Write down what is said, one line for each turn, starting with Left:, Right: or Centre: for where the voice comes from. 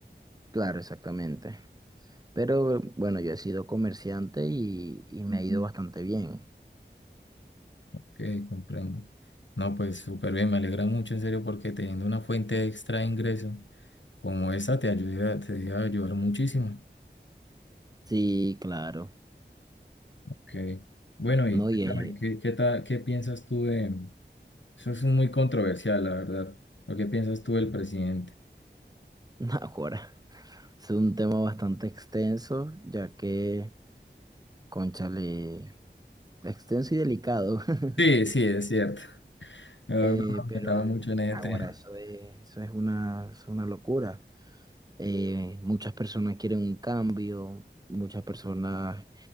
Right: Claro, exactamente. Pero bueno, yo he sido comerciante y, y me ha ido bastante bien.
Left: Ok, comprendo. No, pues súper bien, me alegra mucho en serio porque teniendo una fuente extra de ingreso como esa te ayuda, te debe ayudar muchísimo.
Right: Sí, claro.
Left: Ok. Bueno, y
Right: No,
Left: cuéntame,
Right: y es,
Left: ¿qué, qué ta- qué piensas tú de... Eso es muy controversial, la verdad. ¿Lo que piensas tú del presidente?
Right: <laughs> ahora, es un tema bastante extenso, ya que, cónchale, extenso y delicado. <laughs>
Left: Sí, sí, es cierto. <laughs> La verdad,
Right: Eh,
Left: No me
Right: pero
Left: metaba mucho en ese
Right: ahora
Left: tema.
Right: eso es, eso es una, es una locura. Eh, muchas personas quieren un cambio, muchas personas